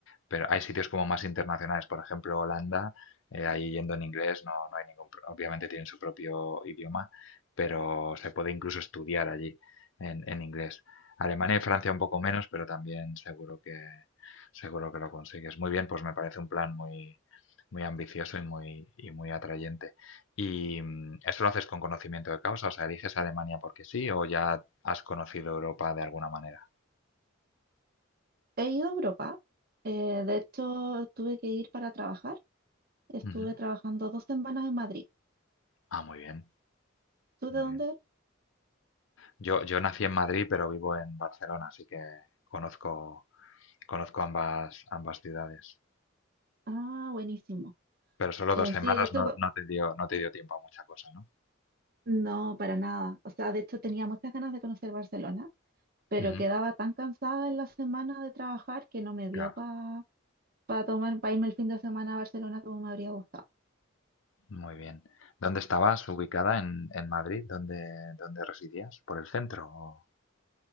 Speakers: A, on the left; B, on the right.
A: pero hay sitios como más internacionales, por ejemplo Holanda, eh, ahí yendo en inglés no, no hay ningún, pro- obviamente tienen su propio idioma, pero se puede incluso estudiar allí en, en inglés. Alemania y Francia un poco menos, pero también seguro que, seguro que lo consigues. Muy bien, pues me parece un plan muy, muy ambicioso y muy, y muy atrayente. ¿Y mm, eso lo haces con conocimiento de causa? O sea, ¿eliges Alemania porque sí o ya has conocido Europa de alguna manera?
B: He ido a Europa. eh, de hecho, tuve que ir para trabajar. Estuve
A: Ujú.
B: trabajando dos semanas en Madrid.
A: Ah, muy bien,
B: ¿Tú
A: muy
B: de dónde
A: bien.
B: eres?
A: Yo, yo nací en Madrid, pero vivo en Barcelona, así que conozco, conozco ambas, ambas ciudades.
B: Ah, buenísimo.
A: Pero solo dos
B: Eh,
A: semanas
B: sí, de hecho,
A: no,
B: cu-
A: no te dio, no te dio tiempo a mucha cosa, ¿no?
B: No, para nada. O sea, de hecho tenía muchas ganas de conocer Barcelona, pero
A: Ujú.
B: quedaba tan cansada en la semana de trabajar que no me dio
A: Claro,
B: para tomar, para irme el fin de semana a Barcelona como me habría gustado.
A: muy bien. ¿Dónde estabas ubicada en, en Madrid? ¿Dónde, dónde residías? ¿Por el centro o